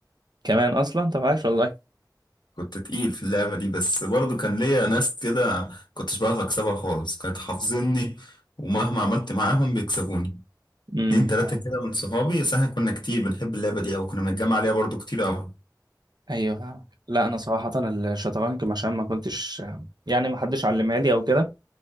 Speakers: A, on the right; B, on the left.
A: كمان اصلا طب عاش والله
B: كنت تقيل في اللعبة دي بس برضو كان ليا ناس كده كنتش بعرف أكسبها خالص كانت حافظني ومهما عملت معاهم بيكسبوني
A: امم
B: اتنين تلاتة
A: آه.
B: كده من صحابي بس احنا كنا كتير بنحب اللعبة دي أو كنا بنتجمع عليها برضو كتير أوي
A: ايوه فاهم لا انا صراحه الشطرنج عشان ما كنتش يعني ما حدش علمها لي او كده